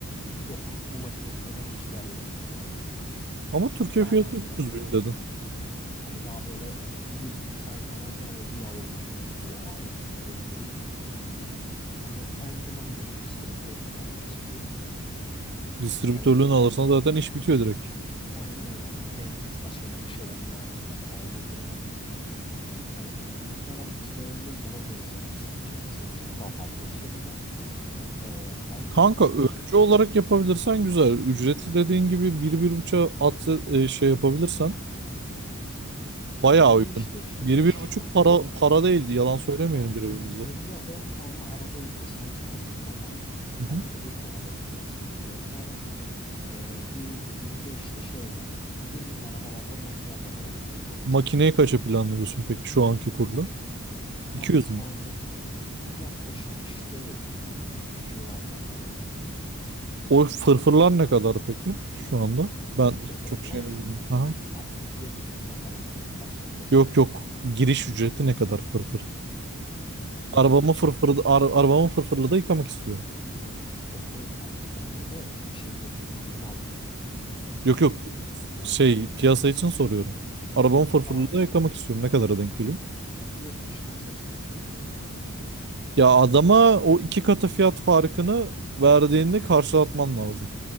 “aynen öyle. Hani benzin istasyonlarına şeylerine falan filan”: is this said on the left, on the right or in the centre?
Left